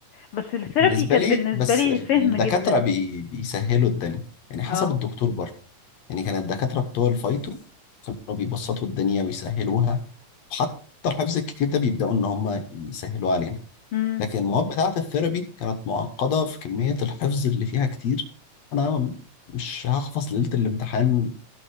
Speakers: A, on the left; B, on the left.
A: بس الثيرابي
B: بالنسبة
A: كانت
B: لي
A: بالنسبة
B: بس
A: لي
B: ال-
A: فهم
B: الدكاترة
A: جدا
B: بي بيسهلوا الدنيا يعني حسب
A: اه
B: الدكتور برضه يعني كان الدكاترة بتوع الفايتو كانوا بيبسطوا الدنيا ويسهلوها وحتى الحفظ الكتير ده بيبدأوا إن هم يسهلوا علينا
A: امم
B: لكن المواد بتاعة الثيرابي كانت معقدة في كمية الحفظ اللي فيها كتير أنا مش هحفظ ليلة الامتحان